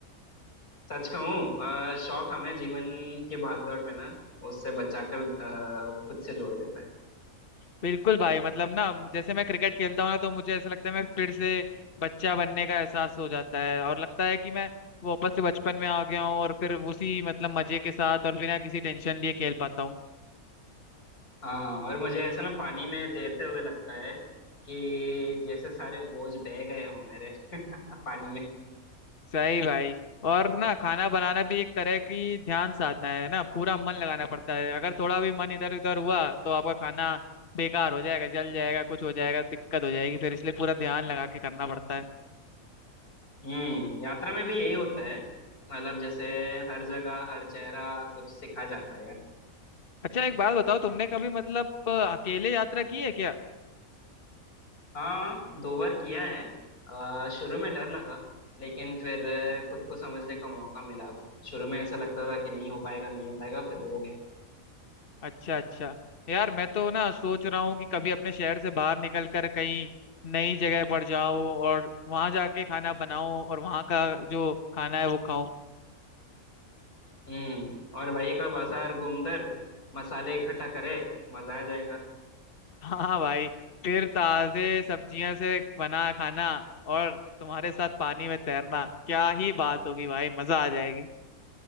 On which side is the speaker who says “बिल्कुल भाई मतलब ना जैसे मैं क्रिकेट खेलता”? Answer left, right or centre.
Left